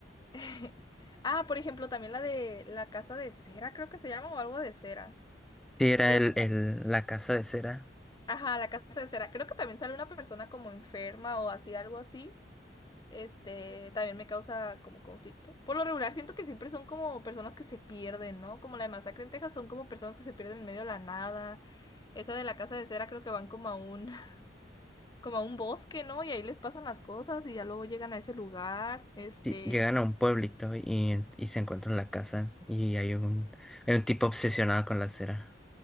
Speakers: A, on the left; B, in the centre.
A: <laughs> Ah, por ejemplo, también la de La Casa de Cera, creo que se llama, o algo de cera.
B: Sí, era
A: Creo
B: el,
A: que...
B: el- la casa de cera.
A: Ajá, La Casa de Cera. Creo que también sale una persona como enferma o así, algo así. Este, también me causa como conflicto. Por lo regular, siento que siempre son como personas que se pierden, ¿no? Como la de Masacre en Texas, son como personas que se pierden en medio de la nada Esa de la casa de cera creo que van como a un, <laughs> como a un bosque, ¿no? Y ahí les pasan las cosas y ya luego llegan a ese lugar, este,
B: Sí, llegan a un pueblito y, y se encuentran la casa y hay un, hay un tipo obsesionado con la cera.